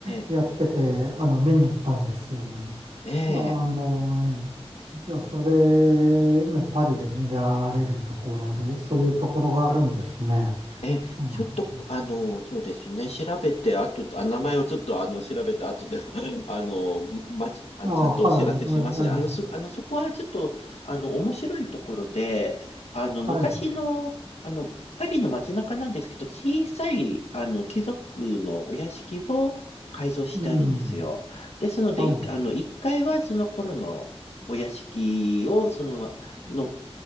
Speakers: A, on the right; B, on the left.
A: やってて、
B: え、
A: あの、見に行ったんですよね。
B: ええ、ええ。
A: いや、あの、えーいや、それ、ね、パリで見られるところで、そういうところがあるんですね。
B: え、
A: うん、
B: ちょっと、
A: あ、
B: あの、そうですね、調べて、あと、あ、名前をちょっと、あの、調べた後で、<laughs> あの、ままち、あの、
A: はい、は
B: ちゃんとお知らせしますね。あの、す、あの、そこはちょっと、あの、面白いところで、あの、
A: い、はい、
B: 昔の、あの、パリの街中なんですけど、小さい、あの、貴族のお屋敷を改造してあるんですよ。
A: うん、
B: ですので、
A: はい、
B: い、あの、1階はその頃のお屋敷を、そのま、の、